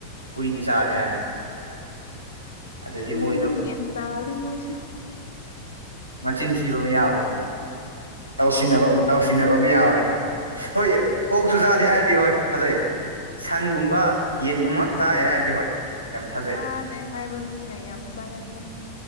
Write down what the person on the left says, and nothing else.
ꯈꯪꯗꯦ
ꯒ꯭ꯌꯥꯟ ꯇꯥꯗ꯭ꯔꯦ ꯃꯣꯏꯁꯦ
ꯆꯥꯗꯦ ꯍꯥꯏꯕ ꯃꯤꯅ ꯌꯥꯝ ꯆꯥꯒꯟꯕꯅꯦ